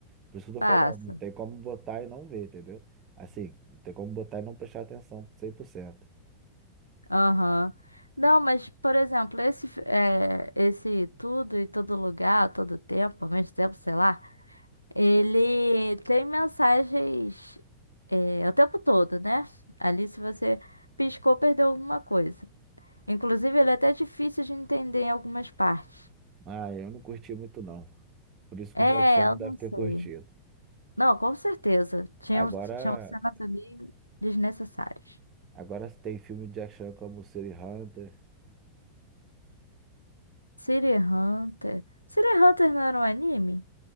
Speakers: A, on the right; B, on the left.
A: Por isso que eu
B: Passa.
A: tô falando, não tem como botar e não ver, entendeu? Assim, não tem como botar e não prestar atenção 100%.
B: Aham. Não, mas, por exemplo, esse, fi- eh, esse tudo e todo lugar, todo tempo, ao mesmo tempo, sei lá, ele tem mensagens, eh, o tempo todo, né? Ali, se você piscou, perdeu alguma coisa. Inclusive, ele é até difícil de entender em algumas partes.
A: Ah, eu não curti muito não. Por isso
B: É,
A: que o Jack Chan não
B: eu
A: deve
B: não
A: ter
B: sei.
A: curtido.
B: Não, com certeza. Tinham,
A: Agora,
B: tinham cenas ali desnecessárias.
A: agora tem filme de Jack Chan como City Hunter.
B: City Hunter. City Hunter não era um anime?